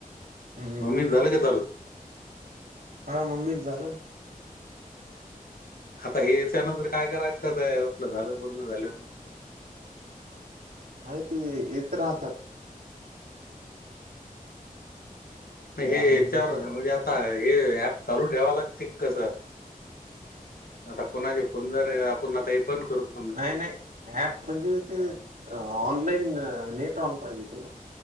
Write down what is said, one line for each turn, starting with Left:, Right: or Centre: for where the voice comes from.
Right: हम्म
Left: मम्मीच झालं का चालू?
Right: हा मम्मीच झालं
Left: आता हे त्याच्यानंतर काय करायचत आपलं झालं बोलण झाल्यान
Right: नाही ते येत राहतात.
Left: हेच्यावर
Right: ते आले की कर
Left: म्हणजे आता हे ॲप चालू ठेवाय लागतंय की कसं? आता कोणाचे फोन जर आपण आता हे बंद करत
Right: नाही नाही ॲप म्हणजे ते ऑनलाईन नेट ऑन पाहिजे त्याला